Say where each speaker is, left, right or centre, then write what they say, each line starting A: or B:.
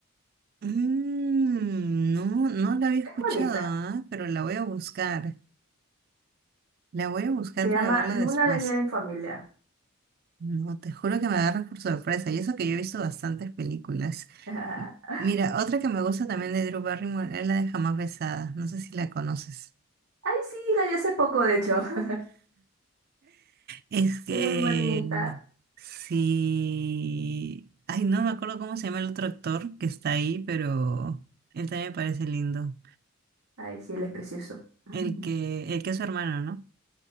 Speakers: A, on the right; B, on the right.
A: Mm, no, no la había
B: Es
A: escuchado,
B: bonita.
A: ah, Pero la voy a buscar. La voy a buscar
B: Se llama
A: para verla
B: Luna
A: después.
B: de miel en familia.
A: No, te juro que me agarras por sorpresa, y eso que yo he visto bastantes películas.
B: <laughs>
A: Y
B: Ay,
A: Mira, otra que me gusta también de Drew Barrymore es la de Jamás Besada, no sé si la conoces.
B: sí, la vi hace poco, de hecho. <laughs>
A: Es que
B: Es muy bonita.
A: sí. Ay, no me acuerdo cómo se llama el otro actor que está ahí, pero él también me parece lindo.
B: Ay, sí, él es precioso. <laughs>
A: El que, el que es su hermano, ¿no?